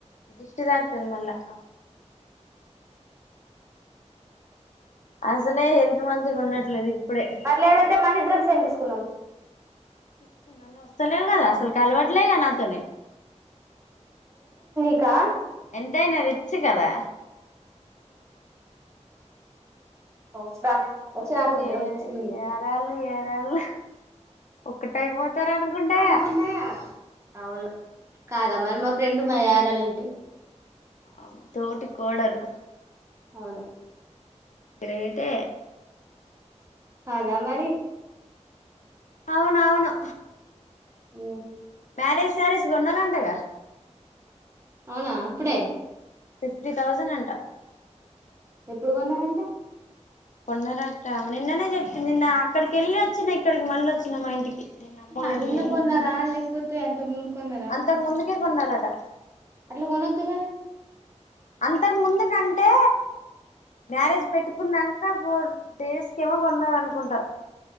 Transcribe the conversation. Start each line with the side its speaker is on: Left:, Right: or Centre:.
Left: దిష్టి తాకుతది మళ్ళ <inaudible> అసలే హెల్త్ మంచిగా ఉండట్లేదు ఇప్పుడే
Right: పర్లేదంటే మనిద్రం సేమ్ తీసుకుందాం
Left: <inaudible> వస్తలేవు కదా అసల్ కలవట్లేగా నాతోని
Right: క్క
Left: ఎంతైనా రిచ్ కదా
Right: వస్తా
Left: <unintelligible>
Right: వచ్చినప్పుడు ఇద్దరం
Left: ఏ
Right: తీసుకుందాం
Left: ఏరాళ్ళు ఏరాళ్ళు ఒకటై పో <unintelligible> అనుకుంటే
Right: అనుకుంటాయా అవును కాదా మరి మా ఫ్రెండ్ మా యారాలంటే
Left: అవును తోటి కోడలు
Right: అవును
Left: గ్రేటే
Right: కాదా మరి
Left: అవును అవును
Right: మ్
Left: మ్యారేజ్ శారీసుకొన్నరంటగా
Right: అవునా అప్పుడే
Left: ఫిఫ్టీ థౌజండ్ అంట
Right: ఎప్పుడు కొన్నారంట
Left: కొన్నరంట నిన్ననే చెప్తుంది నిన్న అక్కడికి వెళ్ళి వచ్చిన ఇక్కడికి మళ్ళీ వచ్చిన మా ఇంటికి నిన్న అమ్మోళ్ళ
Right: న
Left: ఇంటికి
Right: నిన్ను
Left: వెళ్ళి
Right: కొన్నారా లేకపోతే అంత ముందు కొన్నారా
Left: అంతకు
Right: అంటా
Left: ముందుకే కొన్నారట
Right: అట్లా కొనొద్దు కదా,
Left: అంతకు ముందుకంటే మ్యారేజ్ పెట్టుకున్నాంక పోర్ డేస్కెమో కొన్నారు అనుకుంటా